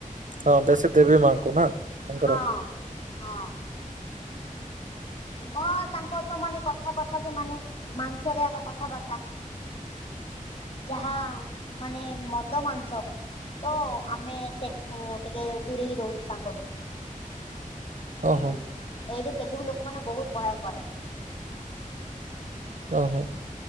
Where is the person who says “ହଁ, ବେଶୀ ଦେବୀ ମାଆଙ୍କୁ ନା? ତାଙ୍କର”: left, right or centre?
Right